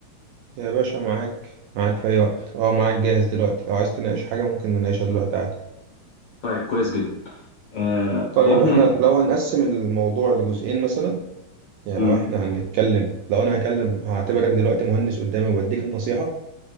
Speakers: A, on the right; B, on the left.
A: يا باشا معاك معاك في اي وقت اه معاك جاهز دلوقتي لو عايز تناقش حاجه ممكن نناقشها دلوقتي عادي
B: طيب كويس جدا آه
A: طيب
B: هو احنا
A: احنا
B: هن...
A: لو هنقسم الموضوع لجزئين مثلا يعني
B: مم.
A: لو احنا هنتكلم لو انا هكلم هعتبرك دلوقتي مهندس قدامي وبديك نصيحة